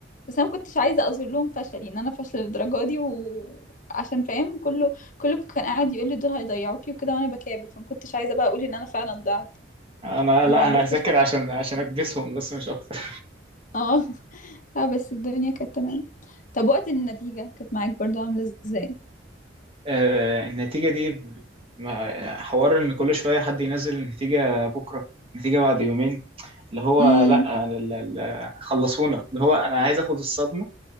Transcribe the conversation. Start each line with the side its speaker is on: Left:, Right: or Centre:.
Left: بس انا ما كنتش عايزة اظهر لهم فشلي ان انا فاشلة للدرجة دي وعشان فاهم كله كله كان قاعد يقول لي دول هيضيعوكي وكده وانا بكابر فما كنتش عايزة بقى اقول ان انا فعلا ضعت
Right: <laughs> انا
Left: ما
Right: لا
Left: عرفتش
Right: انا هذاكر
Left: أ-
Right: عشان عشان اكبسهم بس مش اكتر
Left: اه لا بس الدنيا كانت تمام طب وقت النتيجة كانت معاك برضو عاملة ازاي
Right: آه النتيجه دي ب- ما- حوار ان كل شويه حد ينزل النتيجه بكره النتيجه بعد يومين اللي هو
Left: امم
Right: لا ال- ال- خلصونا اللي هو انا عايز اخد الصدمه